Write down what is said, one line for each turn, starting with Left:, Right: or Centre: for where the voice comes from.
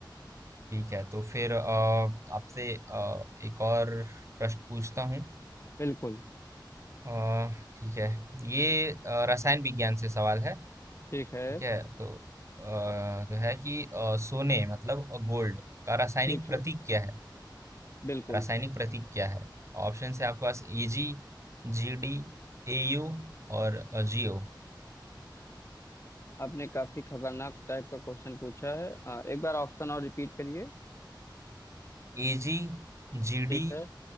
Right: ठीक है तो फिर अ, आपसे अ, एक और प्रश्न पूछता हूँ
Left: बिल्कुल
Right: अ, ठीक है ये अ, रसायन विज्ञान से सवाल है
Left: ठीक
Right: ठीक
Left: है
Right: है तो अ, तो है कि अ, सोने मतलब गोल्ड का रासायनिक
Left: ठीक
Right: प्रतीक
Left: है
Right: क्या है
Left: बिल्कुल
Right: रासायनिक प्रतीक क्या है ऑप्शन है आपके पास एजी जीडी एयू और जीओ
Left: आपने काफी खतरनाक टाइप का क्वेश्चन पूछा है अ, एक बार ऑप्शन और रिपीट करिए
Right: एजी, जीडी,
Left: ठीक है